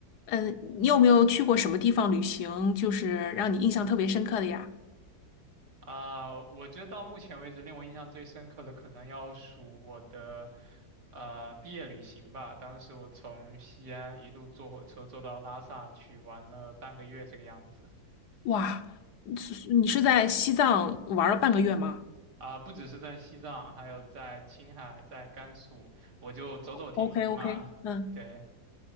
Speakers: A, on the left; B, on the right.
A: 嗯，呃你有没有去过什么地方旅行，就是让你印象特别深刻的呀？
B: 啊、我觉得到目前为止令我印象最深刻的可能要数我的呃毕业旅行吧。当时我从西安一路坐火车坐到拉萨去，玩了半个月这个样子。
A: 哇，是你是在西藏玩了半个月吗
B: 啊、不只是在西藏，还有在青海、在甘肃，我就走走停停嘛。
A: ？OK OK，嗯，
B: 对，